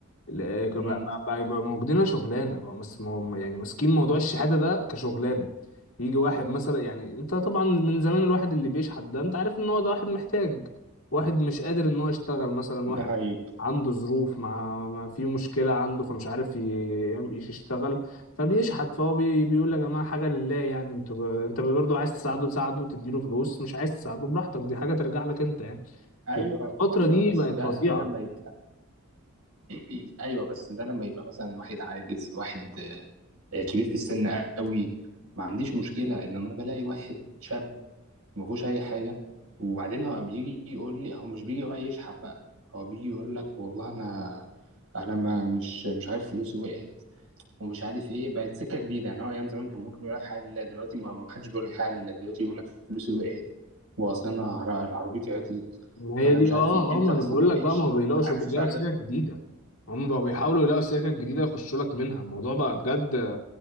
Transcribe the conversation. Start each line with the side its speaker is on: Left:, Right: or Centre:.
Left: لا- بقى
Right: امم
Left: بقى- بقى بقى موجودين شغلانة بقى مس- مو- يعني ماسكين موضوع الشحاتة ده كشغلانة يجي واحد مثلا يعني انت طبعا من زمان الواحد اللي بيشحت ده انت عارف ان هو ده واحد محتاج واحد مش قادر ان هو يشتغل مثلا
Right: ده
Left: واحد
Right: حقيقي
Left: عنده ظروف مع ما في مشكلة عنده فمش عارف ي- يعم- يشتغل فبيشحت فهو بي... بيقول يا جماعة حاجة لله يعني انتوا ب... انت برضه عايز تساعده تساعده وتديله فلوس مش عايز تساعده براحتك دي حاجة ترجع لك انت يعني
Right: ايوه
Left: لكن الفترة
Right: ايوه
Left: دي
Right: بس
Left: بقت
Right: ده
Left: فظيعة
Right: ده لما يبقى <clears throat> ايوه بس ده لما يبقى مثلا واحد عاجز واحد آه، كبير في السن قوي ما عنديش مشكله انما انا بلاقي واحد شاب ما فيهوش اي حاجه وبعدين هو بيجي يقول لي هو مش بيجي يقعد يشحب بقى هو بيجي يقول لك والله انا انا ما مش مش عارف فلوسي وقعت ومش عارف ايه بقت سكه جديده يعني هو ايام زمان كان ممكن يقول لك حاجه لله دلوقتي ما ما حدش بيقول لك حاجه لله دلوقتي يقول لك فلوسي وقعت واصل انا عر- عربيتي عطلت
Left: ما
Right: فانا
Left: هي دي
Right: مش عارف
Left: اه
Right: ايه انت
Left: اه ما
Right: اصلا
Left: انا بقول
Right: ما بقتش
Left: لك بقى ما هو بيلاقوش
Right: عارف
Left: بيلاقوا
Right: تفرق
Left: سكك جديده هم بقوا بيحاولوا يلاقوا سكك جديده يخشوا لك منها الموضوع بقى بجد